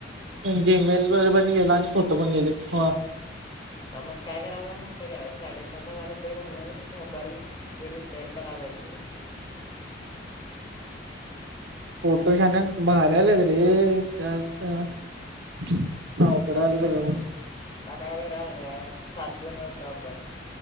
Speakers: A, on the right; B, on the left.
A: जीमेल पण गेला आणि फोटो पण गेलेत हो.
B: मग काय करायचं माहिती आहे काय साडेसात हजार रुपये घालून मोबाईल रिपेअर करा पाहिजे.
A: फोटो शान भारी आलेत रे त्यात अवघड आलं सगळं बघ.
B: आता काय कराय सात <unintelligible>